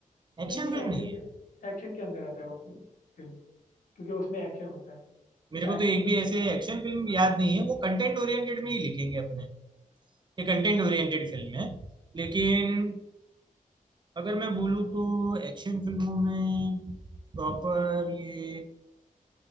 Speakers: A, on the right; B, on the left.
A: एक्शन
B: नहीं नहीं
A: फिल्म
B: एक्शन
A: नहीं है
B: के एक्शन के अंदर आता है वो फिल्म क्योंकि उसमें एक्शन होता है
A: मेरे को
B: एक्शन
A: तो एक
B: मतलब
A: भी
B: सिर्फ
A: ऐसे एक्शन फिल्म याद नहीं है वो कंटेंट ओरिएंटेड में ही लिखेंगे अपने ये कंटेंट ओरिएंटेड फिल्म है लेकिन अगर मैं बोलूँ तो एक्शन फिल्मों में प्रॉपर ये